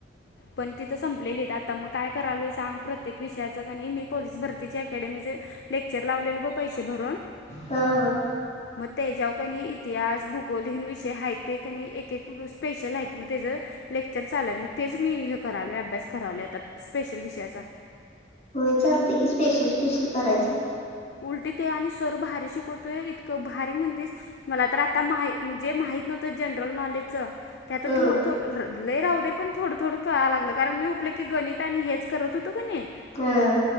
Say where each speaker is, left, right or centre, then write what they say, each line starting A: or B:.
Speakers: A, on the left (about 60°); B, on the left (about 35°).
A: पण तिथं संपलेलीत. आता मग काय करालोय सांग, प्रत्येक विषयाचं कनी मी पोलीस भरतीची अकॅडमी की जे लेक्चर लावलेलं ग पैसे भरून
B: हा हा
A: मग त्याच्यावर क णी इतिहास, भूगोल विषय आहेत ते क नी एक एक स्पेशल आहेत मग त्याचं लेक्चर चालूये मग तेच मी हे करायलो अभ्यास करायलो आता स्पेशल विषयाचा
B: होय, चालते की स्पेशल स्पेशल करायचं.
A: उलटे ते आणि सर भारी शिकवतोय इतकं भारी म्हणतेस मला तर आता मा जे माहि त नव्हत जनरल नॉलेजच ते आता
B: हम्म
A: थोडं थोडं लई राहू दे पण थोडं थोडं कळा लागलं कारण, मी उठलं की गणित आणि हेच करत होतो का नी
B: हा